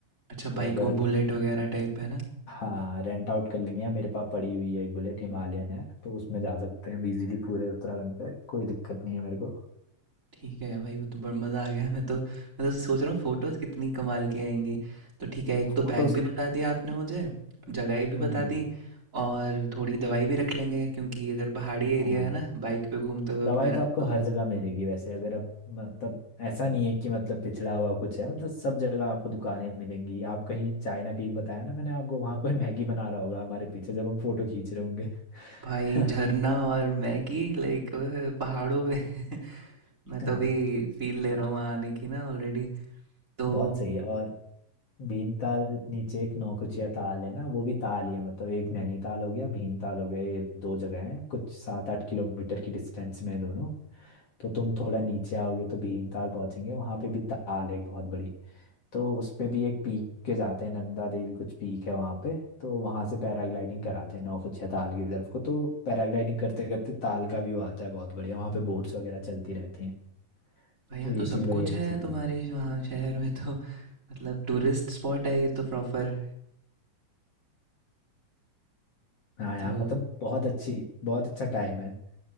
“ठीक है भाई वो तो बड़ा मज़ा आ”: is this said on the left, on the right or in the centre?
Right